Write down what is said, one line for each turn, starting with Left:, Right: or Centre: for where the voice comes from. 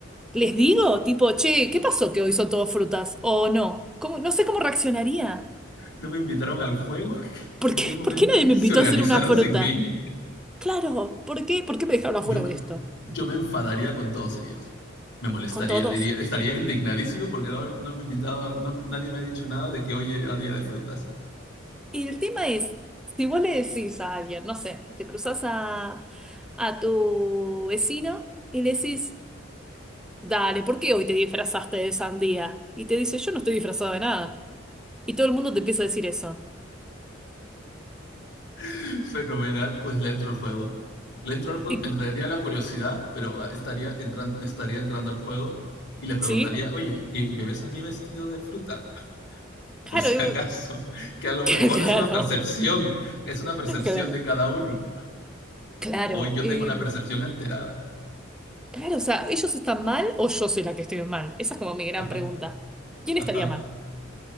Centre: ¿les digo? Tipo, che, ¿qué pasó que hoy son todas frutas? ¿O no? ¿Cómo- no sé cómo reaccionaría.
Left: no me invitaron al juego. <laughs>
Centre: ¿Por
Left: ¿En
Centre: qué,
Left: qué momento
Centre: por qué nadie me
Left: se
Centre: invitó
Left: organizaron
Centre: a hacer una fruta?
Left: sin mí?
Centre: Claro, ¿por qué? ¿Por qué me dejaron afuera
Left: Yo me,
Centre: de esto?
Left: yo me enfadaría con todos ellos. Me molestaría,
Centre: Con todos.
Left: diría, estaría indignadísimo porque no, no me invitaba, no- nadie me ha dicho nada de que hoy era día de frutas.
Centre: Y el tema es, si vos le decís a alguien, no sé, te cruzas a, a tu vecino y le decís, dale, ¿por qué hoy te disfrazaste de sandía? Y te dice, yo no estoy disfrazado de nada. Y todo el mundo te empieza a decir eso.
Left: <laughs> Fenomenal, pues le entro al juego. Le entro al juego,
Centre: Y,
Left: me entraría la curiosidad, pero estaría entrando, estaría entrando al juego y le preguntaría,
Centre: ¿sí?
Left: oye, ¿y me ves a mí vestido de fruta? <laughs>
Centre: Claro,
Left: Por si
Centre: yo-
Left: acaso,
Centre: <laughs>
Left: que a lo mejor
Centre: claro,
Left: es una percepción, es una percepción
Centre: claro,
Left: de cada uno.
Centre: claro.
Left: O yo
Centre: Eh,
Left: tengo la percepción alterada.
Centre: Claro, o sea, ¿ellos están mal o yo soy la que estoy mal? Esa es como mi gran
Left: Ajá,
Centre: pregunta. ¿Quién estaría
Left: ajá.
Centre: mal?